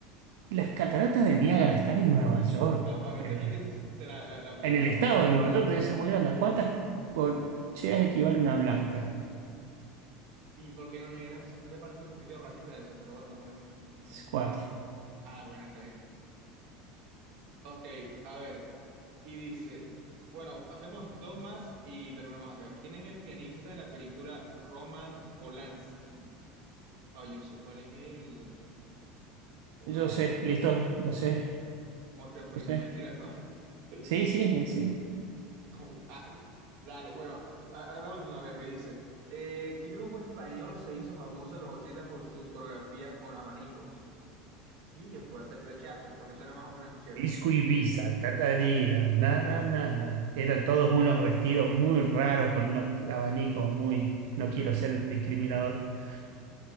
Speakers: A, on the right; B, on the right.
A: Las cataratas de Niágara están en Nueva York.
B: Aparentemente
A: En el, est-
B: sí se la, la, la, la
A: en el estado
B: movieron.
A: de Nueva York debe ser muy grande. ¿A ¿Cuántas corcheas equivale una blanca?
B: ¿Y por qué no negras? ¿No te parece un poquito racista eso? Pero bueno, buena día. No sé.
A: Cuatro.
B: Ah, bueno, está bien. Ok, a ver, y dice, bueno, hacemos dos más y terminamos acá. ¿Quién es el pianista en la película Roman Polanski? Ah, yo sé cuál es el... Joda,
A: Yo sé, listo, lo sé,
B: Morgan Freeman,
A: lo sé.
B: mentira, no. <laughs>
A: Sí, sí, eh, sí.
B: Como- ah, dale, bueno, a- ahora la última, a ver, ¿qué dice? Eh, ¿qué grupo español se hizo famoso en los 80 por sus coreografías con abanicos? Y yo que voy a hacer flechazos, porque suena más o menos así chévere.
A: Disco Ibiza, tatarina, na, na, na, na. Eran todos unos vestidos muy raros con unos abanicos muy. No quiero ser discriminador. <laughs>